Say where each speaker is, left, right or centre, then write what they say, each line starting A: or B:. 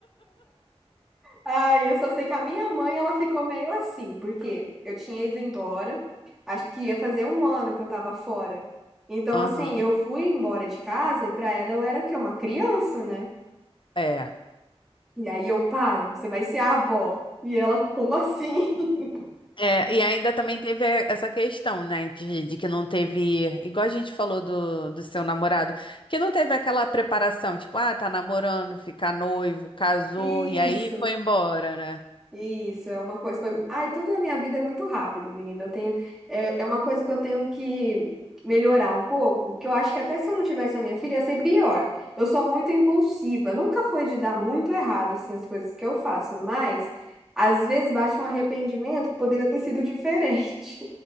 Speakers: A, in the centre; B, on the left (about 50°).
A: Ai, eu só sei que a minha mãe, ela ficou meio assim, porque eu tinha ido embora, acho que ia fazer um ano que eu tava fora. Então,
B: Aham.
A: assim, eu fui embora de casa e pra ela eu era o quê? Uma criança, né?
B: É.
A: E aí eu, pá, você vai ser a avó. E ela, como assim? <laughs>
B: É, e ainda também teve eh, essa questão, né, de, de que não teve, igual a gente falou do, do seu namorado, que não teve aquela preparação, tipo, ah, tá namorando, fica noivo, casou,
A: Isso.
B: e aí foi embora, né?
A: Isso, é uma coisa. Foi... Ai, tudo na minha vida é muito rápido, menina. Eu tenho... É, é uma coisa que eu tenho que melhorar um pouco, que eu acho que até se eu não tivesse a minha filha, ia ser pior. Eu sou muito impulsiva. Nunca foi de dar muito errado, assim, as coisas que eu faço, mas às vezes bate um arrependimento que poderia ter sido diferente.